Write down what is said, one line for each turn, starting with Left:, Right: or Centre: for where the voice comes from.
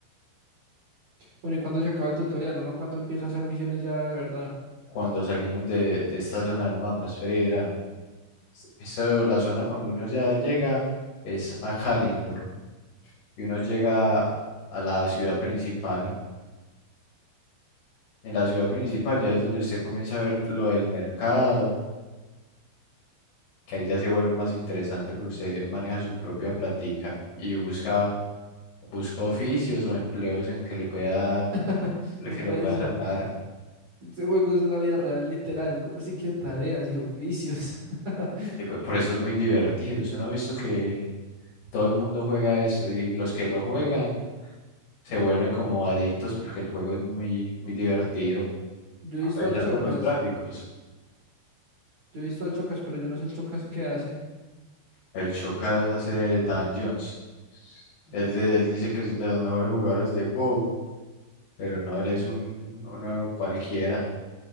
Right: Bueno, ¿y cuándo se acaba el tutorial? ¿Uno cuándo empieza a hacer misiones ya de verdad?
Left: Cuando salimos de, de esta zona del mapa, espera y verá. Eso, la zona cuando uno ya llega es a Kalindor y uno llega a la ciudad principal. En la ciudad principal ya es donde usted comienza a ver lo del mercado, que ahí ya se vuelve más interesante porque usted maneja su propia platica y busca busca oficios o empleos en que le pueda,
Right: <laughs> No
Left: que
Right: puede
Left: le pueda
Right: ser.
Left: sacar.
Right: Este juego es la vida real, literal. ¿Cómo así que tareas y oficios? <laughs>
Left: Y po- por eso es muy divertido. Usted no ha visto que todo el mundo juega esto y los que lo juegan se vuelven como adictos porque el juego es muy, muy divertido,
Right: Yo he
Left: a
Right: visto
Left: pesar
Right: al Chocas.
Left: de los gráficos.
Right: Yo he visto al Chocas, pero yo no sé el Chocas qué hace.
Left: El Chocas hace Dungeons. Él, de- él dice que es de los mejores jugadores de WoW, pero no, él es un, uno cualquiera.